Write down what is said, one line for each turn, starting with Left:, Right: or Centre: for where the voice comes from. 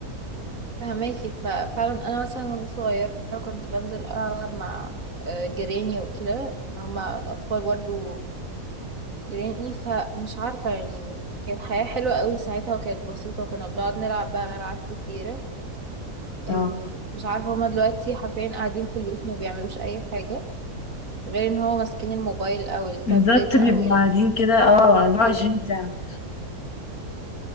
Right: فهماكي ففعلا انا مثلا وانا صغيرة كنت بنزل العب مع آه، جيراني وكده إن هما الاطفال برضو جيراني فمش عارفة يعني كانت حياة حلوة قوي ساعتها وكانت بسيطة وكنا بنقعد نلعب بقى ألعاب كتيرة
Left: اه
Right: آه، مش عارفة هما دلوقتي حرفيا قاعدين في البيت ما بيعملوش أي حاجة غير ان هو ماسكين الموبايل او التابلت
Left: بالظبط
Right: او
Left: بيبقوا قاعدين كده اه
Right: الفيديو
Left: 24 ساعة